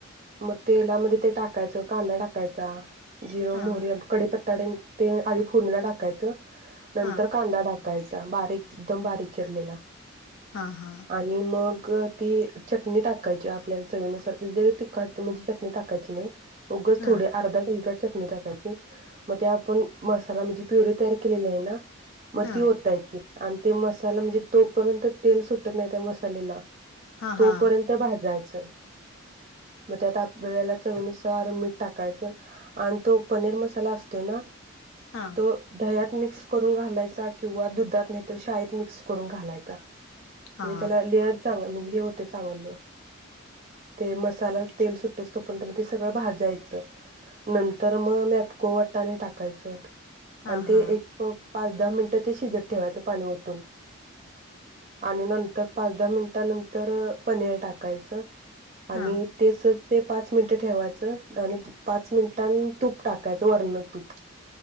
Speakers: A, on the right (about 35°); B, on the left (about 70°).
A: मग तेलामध्ये ते टाकायचं कांदा टाकायचा. जिर, मोहरी,
B: हा
A: कढीप तड ते आधी फुलला टाकायचं नंतर
B: हा
A: कांदा टा टाकायचा बारीक एकदम बारीक चिरलेला
B: हा हा
A: आणि मग ती चटणी टाकायची आपल्याला चवीनुसार तिखट म्हणजे चटणी टाकायची नाही. उगाच
B: हा
A: थोडे अर्धा चमचा चटणी टाकायची म ते आपण मसाला म्हणजे प्युरीे तयार केलेली आहे ना म
B: हा
A: ती ओतायची. आणि ते मसाला म्हणजे तोपर्यंत तेल सुटत नाही त्या मसालेला
B: हा
A: तोपर्यंत
B: हा
A: भाजायच मग त्यात आपल्याला चवीनुसार मीठ टाकायचं आणि तो पनीर मसाला असतोय ना
B: हा
A: तो ह्यात मिक्स करू घालायचा किंवा दुधात नाही तर शाळेत मिक्स करून घालायचा.
B: हा
A: म्हणजे त्याला लेअर चांगला येईल हे होतय चांगल ते मसाला तेल सु <unintelligible> मग ते सगळं भाजायचं नंतर मग मॅपको वाटाने टाकायचं.
B: हा
A: आणि ते
B: हा
A: एक पाच दहा मिनिटं ते शिजत ठेवायचं पाणी ओतून. आणि नंतर पाच दहा मिनिटा नंत तर पनीर टाकायचं- आणि
B: हा
A: ते <unintelligible> ते पाच मिनिटं ठेवायचं- आणि पाच मिनटां तूप टाकायचं वरन तूप.